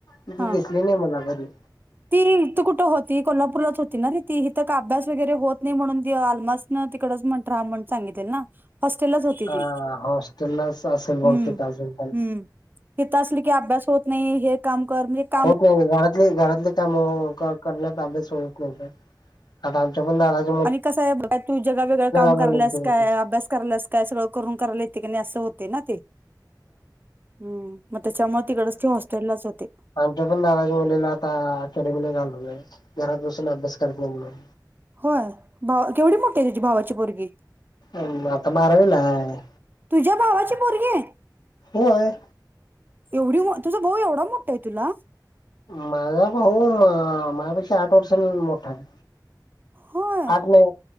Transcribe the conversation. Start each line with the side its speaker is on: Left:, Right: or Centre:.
Left: तिथं
Right: हा
Left: दिसली नाही मला घरी.
Right: ती इथं कुठं होती, कोल्हापूरला होती ना रे ती. इथं का अभ्यास वगैरे होत नाही, म्हणून ती आलमास नं तिकडच <unintelligible> राहा म्हण सांगितलेलं ना. हॉस्टेलाच होती
Left: हा
Right: ती,
Left: हॉस्टेललाच असेल बहुतेक
Right: हम्म
Left: अजून पण
Right: हम्म. हित असली की अभ्यास होत नाही. हे काम कर, ते काम कर.
Left: घरात घरातले काम करण्यात, अभ्यास होत नाही गं आता आमच्या पण दादा ची.
Right: आणि कसं आहे बघा तू, जगावेेगळं काम
Left: घालवलं
Right: कराल्यास काय अभ्यास. करायल्यास काय सगळं, करून करायला येते की नाही असं होतंय ना ते. हम्म, मग त्याच्यामुळं तिकडच ती हॉस्टेललाच होते.
Left: तो पण आता दादाचा मुलीला आता अकॅडमीला, घालून घरात बसून अभ्यास करत नाही म्हणून.
Right: होय. भावा केवढी मोठीे आहे, तुझ्या भावाची पोरगी.
Left: अं आता बारावीला हाय.
Right: तुझ्या भावाची पोरगी.
Left: होय.
Right: एवढी मो तुझा भाऊ एवढा मोठा आहे तुला?
Left: माझा भाऊ माझ्यापेक्षा आठ वर्षांनी मोठा हाय.
Right: होय
Left: आठ नाही